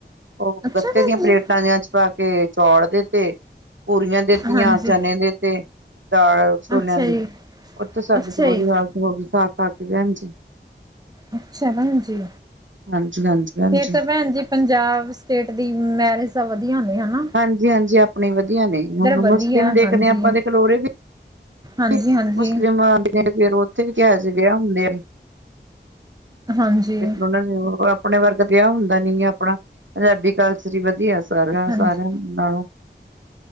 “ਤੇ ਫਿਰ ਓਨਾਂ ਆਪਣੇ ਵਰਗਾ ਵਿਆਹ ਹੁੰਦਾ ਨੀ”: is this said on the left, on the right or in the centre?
Right